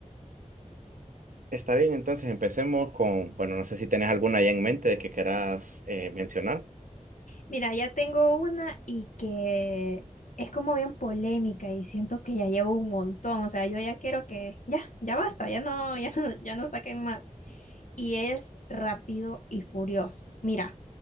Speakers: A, on the right; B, on the left.
A: Está bien, entonces empecemos con, bueno, no sé si tenés alguna ya en mente de que querás eh, mencionar.
B: Mira, ya tengo una y que es como bien polémica y siento que ya llevo un montón, o sea, yo ya quiero que ya, ya basta, ya no, <laughs> ya no, ya no saquen más. Y es Rápido y Furioso. Mira,